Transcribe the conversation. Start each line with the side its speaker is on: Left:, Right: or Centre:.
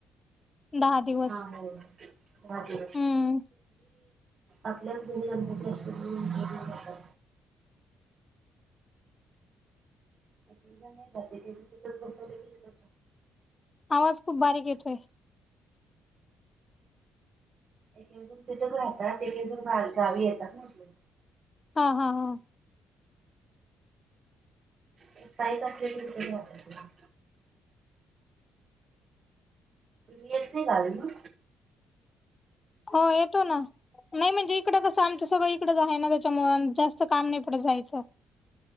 Left: दहा दिवस
Right: हा हो. ण
Left: हम्म
Right: आपल्याच म्ह गणपती असत. एकदा नाही जाते तिथच बसवले कि तिथ.
Left: आवाज खूप बारीक येतोय.
Right: एकेण तिथेच राहतात एकेण गावी येतात ना आपल्या.
Left: हा हा हा.
Right: हित असले क त रा रअत गल ना.
Left: हो येतो ना नाही म्हणजे इकडं कसं आमचं सगळं इकडंच आहे ना. च्यामुळे जास्त काम नाहीपडत जायचं.